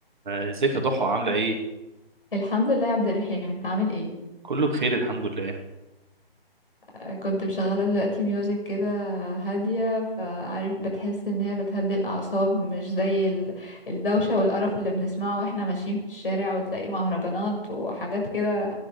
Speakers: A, on the right (about 50°); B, on the left (about 60°).
A: آه، ازيك يا ضحى عاملة ايه؟
B: الحمد لله يا عبد الرحيم انت عامل ايه
A: كله بخير الحمد لله
B: آه، كنت مشغله دلوقتي ميوزك كده هاديه فعارف بتحس ان هي بتهدي الاعصاب مش زي ال- الدوشه والقرف اللي بنسمعه واحنا ماشيين في الشارع وتلاقي مهرجانات وحاجات كده